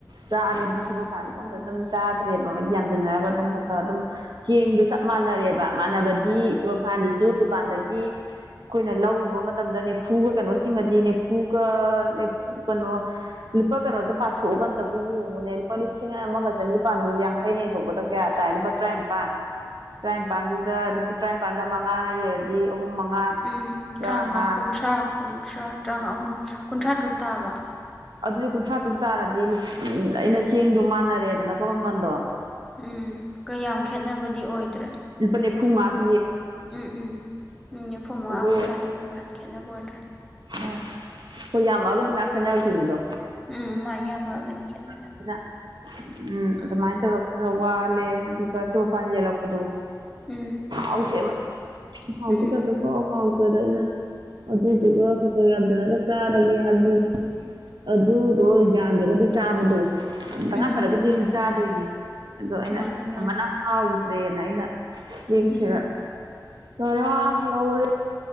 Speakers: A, on the right; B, in the centre.
A: ꯆꯥꯔꯦ ꯁꯨꯄꯔ ꯐꯥꯏꯟꯗꯨꯁꯨ ꯑꯗꯨꯝ ꯆꯥꯗ꯭ꯔꯦꯕ ꯃ ꯌꯥꯟꯁꯤꯟꯅꯔꯒ ꯑꯗꯨꯝ ꯈꯔ ꯈꯔ ꯑꯗꯨꯝ ꯆꯦꯡꯗꯣ ꯆꯞ ꯃꯥꯟꯅꯔꯦꯕ ꯃꯥꯟꯅꯕꯗꯤ ꯁꯄꯔ ꯐꯥꯏꯁꯤꯁꯨ ꯗꯨꯀꯥꯟꯗꯒꯤ ꯑꯩꯈꯣꯏꯅ ꯂꯧꯔꯕ ꯃꯇꯝꯗ ꯅꯤꯐꯨꯒ ꯀꯩꯅꯣ ꯆꯤꯡꯉꯗꯤ ꯅꯤꯐꯨꯒꯨ ꯀꯩꯅꯣ ꯂꯨꯄꯥ ꯀꯩꯅꯣꯗ ꯄꯥꯊꯣꯛꯑꯒꯥꯟꯇꯕꯨ ꯌꯦꯡꯉꯨꯅꯦ ꯂꯨꯄꯥ ꯂꯤꯁꯤꯡ ꯑꯃꯒ ꯆꯅꯤꯄꯥꯥꯟꯗꯨ ꯌꯥꯡꯈꯩꯩꯅ ꯌꯦꯟꯊꯣꯛꯄꯗ ꯀꯌꯥ ꯇꯥꯏ ꯂꯨꯄꯥ ꯇꯔꯥꯅꯤꯄꯥꯟ ꯇꯔꯥꯅꯤꯄꯥꯟꯗꯨꯗ ꯂꯨꯄꯥ ꯇꯔꯥꯅꯤꯄꯥꯜꯗ ꯃꯉꯥ ꯌꯦꯜꯂꯗꯤ ꯑꯍꯨꯝ ꯃꯉꯥ
B: ꯎꯝ
A: ꯇꯔꯥꯃꯉꯥ
B: ꯇꯔꯥꯉꯥ ꯀꯨꯟꯊ꯭ꯔꯥ ꯀꯨꯟ꯭ꯔꯥ ꯀꯨꯟꯊꯥ ꯇꯥ ꯑꯍꯨꯝ ꯀꯨꯟꯊ꯭ꯔꯥ ꯇꯔꯨꯛ ꯇꯥꯕ
A: ꯑꯗꯨꯗꯤ ꯀꯨꯟꯊ꯭ꯔꯥ ꯇꯨꯛ ꯇꯥꯔꯗꯤ ꯎꯝ ꯑꯩꯅ ꯆꯦꯡꯗꯣ ꯃꯥꯟꯅꯔꯦꯗꯅꯀꯣ ꯃꯃꯟꯗꯣ
B: ꯎꯝ ꯀꯌꯥꯝ ꯈꯦꯠꯅꯕꯗꯤ ꯑꯣꯏꯗ꯭ꯔꯦ
A: ꯂꯨꯄ ꯅꯤꯐꯨ ꯃꯡꯉꯥ
B: ꯎꯝ ꯎꯝ ꯎꯝ ꯅꯤꯐꯨ ꯃꯉꯥ
A: ꯑꯗꯨ
B: ꯀꯨꯟꯊ꯭ꯔꯥ ꯇꯔꯨꯛ ꯀꯥ ꯍꯦꯟꯅ ꯈꯦꯠꯅꯕ ꯑꯣꯏꯗ꯭ꯔꯦ
A: ꯑꯣꯝ ꯍꯣꯏ ꯌꯥꯝꯃꯛꯑꯒꯗꯤ ꯃꯌꯥꯝ ꯈꯦꯠꯅꯔꯛꯇꯣꯏꯅꯤꯗꯣ
B: ꯎꯝ ꯃꯥꯅꯤ ꯌꯝꯃꯛ ꯑꯒꯗꯤꯅ
A: ꯑꯗꯨꯅ ꯎꯝ ꯑꯗꯨꯃꯥꯏꯅ ꯇꯧꯔꯒ ꯈꯔ ꯋꯥꯔ ꯑꯗꯨꯒ ꯁꯨꯄꯔ ꯐꯥꯏꯟ ꯌꯦꯜꯂꯛꯄꯗꯣ
B: ꯎꯝ
A: ꯍꯧꯗꯦꯕ ꯍꯥꯎ
B: ꯎꯝ
A: ꯇꯗꯕꯣ ꯄꯨꯔ ꯍꯥꯎ ꯑꯩꯈꯣꯏꯗ ꯑꯩꯅ ꯑꯗꯨꯗꯨꯒ ꯑꯩꯈꯣꯏ ꯑꯗꯨꯅꯒ ꯆꯥꯔꯒꯦꯗꯤ ꯑꯗꯨꯗꯣ ꯌꯥꯟꯗ꯭ꯔꯒꯗꯤ ꯆꯥꯕꯗꯣ ꯇꯉꯥꯏ
B: ꯎꯝ
A: ꯐꯔꯒꯗꯤ ꯇꯥꯗꯣꯏꯅꯦ ꯑꯗꯣ ꯑꯩꯅ
B: ꯃꯥꯅꯤ ꯃꯥꯅꯤ
A: ꯑꯃꯅ ꯍꯥꯎ ꯇ꯭ꯔꯦꯟ ꯑꯩꯅ ꯌꯦꯡꯁꯤꯔ
B: ꯎꯝ
A: ꯇꯔꯥ ꯂꯧꯔꯦ